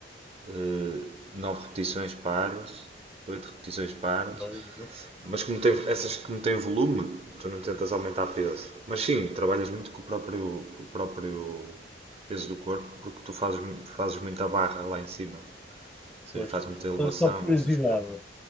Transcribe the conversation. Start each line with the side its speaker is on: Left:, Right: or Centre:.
Right: uh, 9 repetições, paras, 8 repetições, paras.
Centre: não,
Right: Mas como tem, essas que não têm volume, tu não tentas aumentar peso. Mas sim, trabalhas muito com o próprio, o próprio peso do corpo, porque tu fazes, fazes muita barra lá em cima. Ou seja,
Centre: pois.
Right: fazes muita elevação,
Centre: Mas só por curiosidade,
Right: essas coisas.